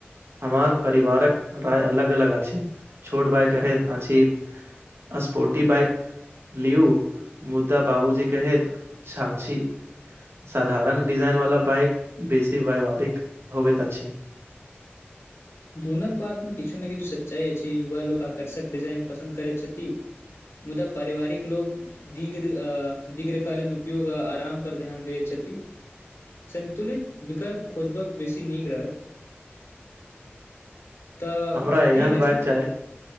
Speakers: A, on the right; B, on the left.
A: हमार परिवारक राय अलग अलग अछि छोट भाय कहैत अछि आ स्पोर्टी बाइक लिू मुद्दा बाबूजी कैहत अछि साधारण डिजाइन वाला बाइक बेसी व्याववहारिक होवेत अछि
B: दूनक बातमे किछु ने किछु सच्चाइ छै युवा लोक आकर्षक डिजाइन पसन्द करैत छथि मुदा पारिवारिक लोक दीघ दीर्घकालीन उपयोग आरााम पर ध्यान दय छथि सन्तुलित विकल्प खोजबक बेसी नीक रहत तऽ
A: हमरा एहन
B: ठीक
A: बाइक
B: अछि
A: चाही